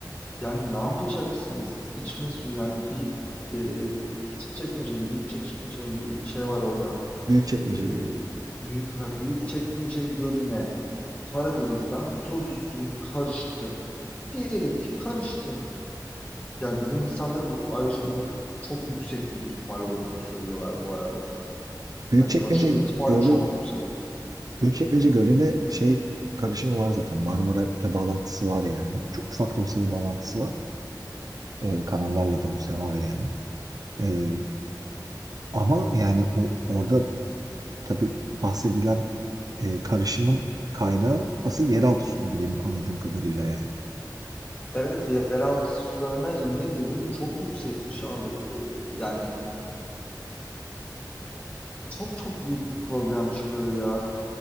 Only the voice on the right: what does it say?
Büyükçekmece
Gölü. var.
Büyükçekmece
Gölü,
Büyükçekmece Gölü'ne şey karışımı var zaten. Marmara ile bağlantısı var yani. Çok ufak da olsa bir bağlantısı var. Ee, kanallarla da olsa var yani. Ee, Ama yani o orada tabii bahsedilen e, karışımın kaynağı asıl yeraltı suları benim anladığım kadarıyla yani.